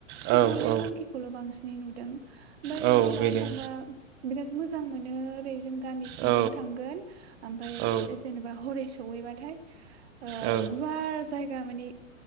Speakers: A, on the right; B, on the right.
A: औ
B: बे गल्डेन
A: औ
B: मांखिखौल' बांसिन नै नुदों ओमफाय ओरैनोथ'
A: औ
B: बाहाय
A: बेनो
B: थांबा बिराद मोजां मोनो ओरै जों गामि सिंजों
A: औ
B: थांगोन ओमफाय
A: औ
B: जेनेबा हरैसो सौहैबाथाय ओ
A: औ
B: गुवार जाय गा माने